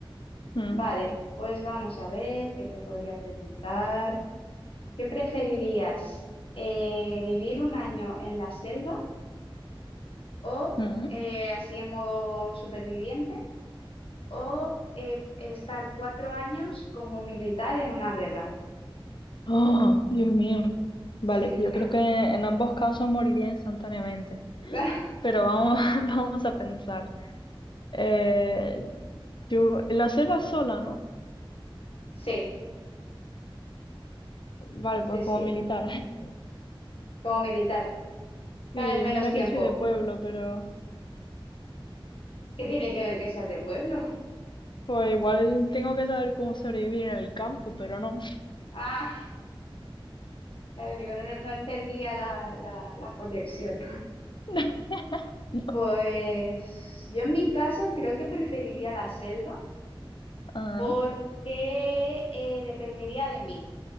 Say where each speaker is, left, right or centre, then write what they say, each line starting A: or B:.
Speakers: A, on the left (about 60°); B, on the left (about 80°).
A: Mm,
B: Vale, pues vamos a ver qué te podría preguntar. ¿Qué preferirías? Eh, ¿vivir un año en la selva o
A: mm.
B: eh, así en modo superviviente o eh, estar cuatro años como militar en una guerra?
A: Oh, Dios mío. Vale,
B: Sí,
A: que yo creo que en ambos casos moriría instantáneamente.
B: <laughs>
A: pero vamos, <laughs> vamos a pensar. Eh, yo, la selva sola, ¿no?
B: sí,
A: Vale,
B: sí,
A: pues como
B: sí,
A: militar. <laughs>
B: como militar. Cada
A: Sí,
B: vez menos
A: mira
B: tiempo.
A: que soy de pueblo, pero
B: ¿Qué tiene que ver que seas de pueblo?
A: pues igual tengo que saber cómo sobrevivir en el campo, pero no.
B: Ah. Pero digo, no, no- no entendía la, la- la conexión.
A: <laughs> No.
B: Pues yo en mi caso creo que preferiría la selva
A: Ah,
B: porque eh, dependería de mí.